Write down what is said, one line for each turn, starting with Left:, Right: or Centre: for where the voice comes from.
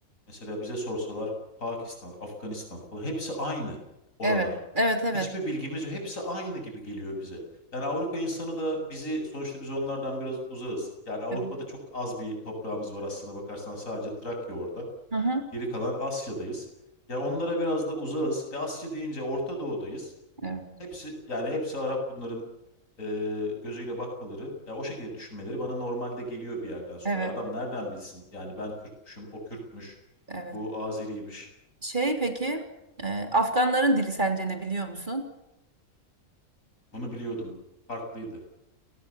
Left: mesela bize sorsalar Pakistan, Afganistan falan hepsi aynı oralar.
Right: Evet, evet, evet.
Left: Hiçbir bilgimiz yok. Hepsi aynı gibi geliyor bize. Yani Avrupa insanı da bizi sonuçta biz onlardan biraz uzağız. Yani Avrupa'da
Right: Evet.
Left: çok az bir toprağımız var aslında bakarsan sadece Trakya orada.
Right: Hı hı.
Left: Geri kalan Asya'dayız. Ya onlara biraz da uzağız. E Asya deyince Orta Doğu'dayız.
Right: Evet,
Left: Hepsi yani hepsi Arap bunların e, gözüyle bakmaları ya o şekilde düşünmeleri bana normalde geliyor bir yerden sonra.
Right: evet,
Left: Adam nereden bilsin? Yani ben Türkmüşüm, o Kürtmüş,
Right: evet.
Left: bu Azeriymiş.
Right: Şey peki, e, Afganların dili sence ne biliyor musun?
Left: Bunu biliyordum. Farklıydı.